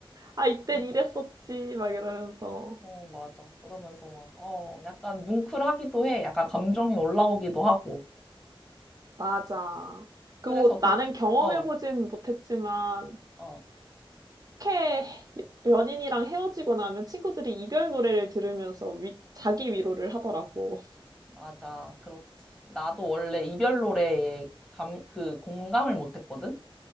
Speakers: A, on the right; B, in the centre.
A: 아, 이땐
B: 그런
A: 이랬었지.
B: 것 같아.
A: 막 이러면서,
B: 어, 맞아. 그러면서 막, 어, 약간 뭉클하기도 해. 약간 감정이 올라오기도 하고.
A: 맞아. 그리고
B: 그래서 그,
A: 나는 경험해보진
B: 어,
A: 못했지만,
B: 어,
A: 그렇게 연인이랑 헤어지고 나면 친구들이 이별 노래를 들으면서 위- 자기 위로를 하더라고.
B: 맞아. 그렇지. 나도 원래 이별 노래에 감, 그 공감을 못했거든?